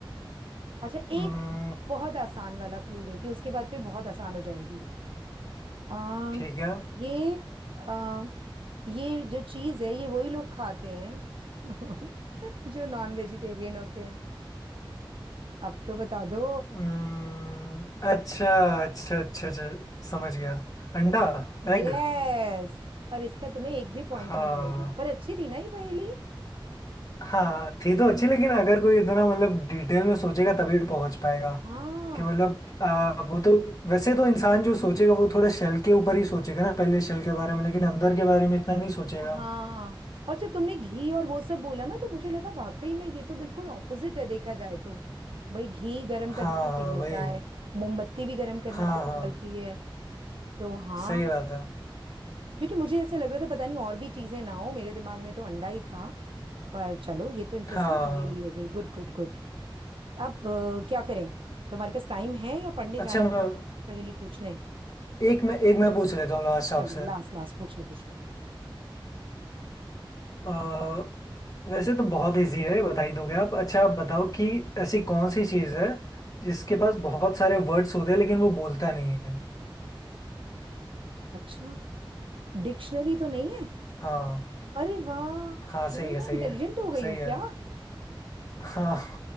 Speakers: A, on the right; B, on the left.
A: अच्छा
B: हम्म,
A: एक बहुत आसान वाला क्लू देती हूँ उसके बाद तो ये बहुत आसान हो जाएगी आ,
B: ठीक है
A: ये आ, ये जो चीज है ये वही लोग खाते हैं <laughs> जो नॉन वेजिटेरियन होते हैं अब तो बता दो
B: हम्म, अच्छा अच्छा अच्छा अच्छा समझ गया अंडा
A: बताओ यस
B: एग
A: पर इसका तुम्हें एक भी पॉइंट
B: हाँ
A: नहीं मिलेगा पर अच्छी थी ना ये पहेली
B: हाँ थी तो अच्छी लेकिन अगर कोई इतना मतलब डिटेल में सोचेगा तभी पहुंच पाएगा
A: हाँ
B: कि मतलब आ, वो तो वैसे तो इंसान जो सोचेगा वो थोड़ा शेल के ऊपर ही सोचेगा ना पहले शेल के बारे में लेकिन अंदर के बारे में इतना नहीं
A: अच्छा
B: सोचेगा
A: हाँ और जब तुमने घी और वो सब बोला ना तो मुझे लगा वाकई में ये तो बिल्कुल ऑपोजिट है देखा जाए तो भाई घी गर्म
B: हाँ
A: करने से पिघलता
B: हाँ वही
A: है मोमबत्ती भी गर्म करने
B: हाँ
A: से पिघलती
B: हाँ
A: है तो हाँ
B: सही बात है
A: क्योंकि मुझे ऐसा लग रहा था पता नहीं और भी चीजें ना हो मेरे दिमाग में तो अंडा ही था पर चलो ये तो इंटरेस्टिंग
B: हाँ
A: पहेली हो गई गुड गुड गुड अब अ, क्या करें तुम्हारे पास टाइम है या पढ़ने
B: अच्छा
A: जाना
B: मैं
A: है पहेली पूछ लें
B: एक मैं एक मैं पूछ लेता हूँ लास्ट आपसे
A: चलो लास्ट लास्ट पूछ लो पूछ लो
B: अ, वैसे तो बहुत इजी है बता ही दोगे आप अच्छा आप बताओ कि ऐसी कौन सी चीज़ है जिसके पास बहुत सारे वर्ड्स होते हैं लेकिन वो बोलता नहीं है
A: अच्छा डिक्शनरी तो नहीं है
B: हाँ
A: अरे वाह
B: हाँ सही
A: यार
B: है
A: मैं
B: सही
A: इंटेलिजेंट
B: है
A: हो गई
B: सही
A: हूँ
B: है
A: क्या <laughs>
B: हाँ